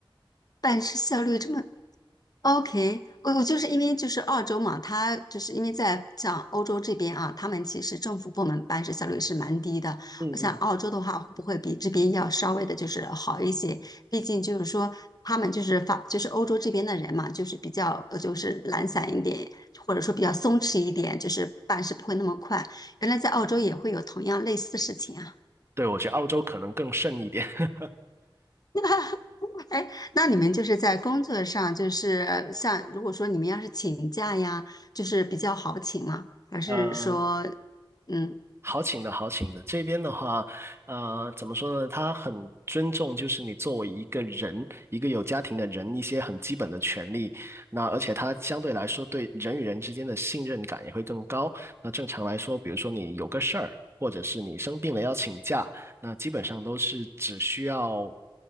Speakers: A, on the left (about 45°); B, on the right (about 30°).
A: 办事效率这么 OK，我我就是因为就是澳洲嘛，他就是因为在像欧洲这边啊，他们其实政府部门办事效率是蛮低的。
B: 嗯嗯，
A: 我想澳洲的话，会不会比这边要稍微的就是好一些？毕竟就是说他们就是法就是欧洲这边的人嘛，就是比较呃就是懒散一点，或者说比较松弛一点，就是办事不会那么快。原来在澳洲也会有同样类似的事情啊。
B: 对，我觉得澳洲可能更甚一点。<laughs>
A: <laughs> 哎，那你们就是在工作上，就是呃像如果说你们要是请假呀，就是比较好请吗？还是说，
B: 呃，
A: 嗯？
B: 好请的，好请的。这边的话，呃，怎么说呢？他很尊重，就是你作为一个人，一个有家庭的人，一些很基本的权利。那而且他相对来说对人与人之间的信任感也会更高。那正常来说，比如说你有个事儿，或者是你生病了要请假，那基本上都是只需要